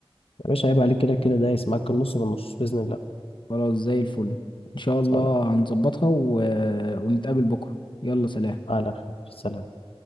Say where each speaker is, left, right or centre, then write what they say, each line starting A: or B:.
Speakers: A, on the left (about 70°); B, on the left (about 50°).
A: يا باشا عيب عليك كده كده دايس معاك النص بالنص بإذن الله
B: خلاص زي الفل ان شاء الله
A: صالح
B: هنظبطها و... ونتقابل بكرة يلا سلام
A: على خير سلام